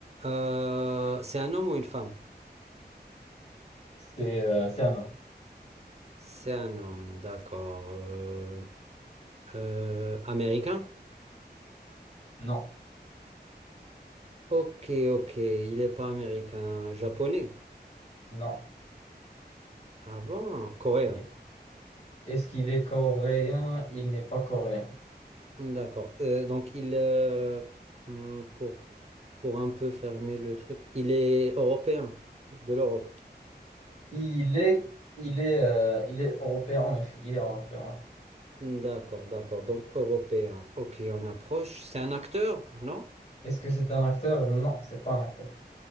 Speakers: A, on the right; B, on the left.
A: Euh, c'est un homme ou une femme?
B: C'est euh, c'est un homme.
A: C'est un homme, d'accord. Euh, euh, américain?
B: Non,
A: Ok, ok. Il n'est pas américain. Japonais?
B: non.
A: Ah bon? Coréen.
B: Il est- Est-ce qu'il est coréen? Il n'est pas coréen.
A: D'accord. Euh, donc il... euh, hmm, pour, pour un peu fermer le truc, il est européen, de l'Europe.
B: Il est, il est, euh, il est européen, en effet. Il est européen. ouais.
A: D'accord, d'accord. Donc européen. Ok, on approche. C'est un acteur, non?
B: Est-ce que c'est un acteur? Non, c'est pas un acteur.